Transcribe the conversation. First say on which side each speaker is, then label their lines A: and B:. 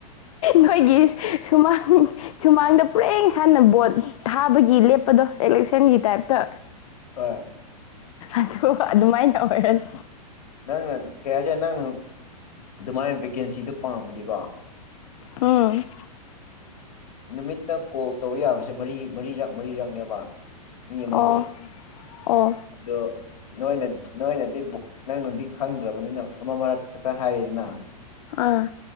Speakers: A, on the left; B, on the left.
A: ꯅꯣꯏꯒꯤ ꯁꯨꯃꯥꯡ ꯁꯨꯃꯥꯡꯗ ꯄꯨꯔꯦꯟ ꯁꯥꯟꯅ ꯕꯣꯠ ꯊꯥꯕꯒꯤ ꯂꯦꯞꯄꯗꯣ ꯏꯂꯦꯛꯁꯟꯒꯤ ꯇꯥꯏꯞꯇ
B: ꯍꯣꯏ
A: ꯑꯗꯣ ꯑꯗꯨꯃꯥꯏꯅ ꯇꯧꯔꯅꯤ
B: ꯅꯪꯅ ꯀꯩ ꯍꯥꯏꯁꯦ ꯅꯪꯅ ꯑꯗꯨꯃꯥꯏꯅ ꯚꯦꯀꯦꯟꯁꯤꯗꯣ ꯄꯥꯝꯃꯗꯤꯀꯣ
A: ꯎꯝ
B: ꯅꯨꯃꯤꯠꯇ ꯀꯣꯜ ꯇꯧ ꯌꯥꯕꯁꯦ ꯃꯔꯤ ꯃꯔꯤꯔꯛ ꯃꯔꯤꯔꯛꯅꯦꯕ ꯃꯤ ꯑꯃꯕꯨ
A: ꯑꯣ ꯑꯣ
B: ꯑꯗꯣ ꯅꯣꯏꯅ ꯅꯣꯏꯅꯗꯤꯕꯨ ꯅꯪꯅꯗꯤ ꯈꯪꯗ꯭ꯔꯕꯅꯤꯅ ꯑꯃ ꯃꯔꯛ ꯈꯛꯇ ꯍꯥꯏꯔꯤꯗꯅ
A: ꯑꯥ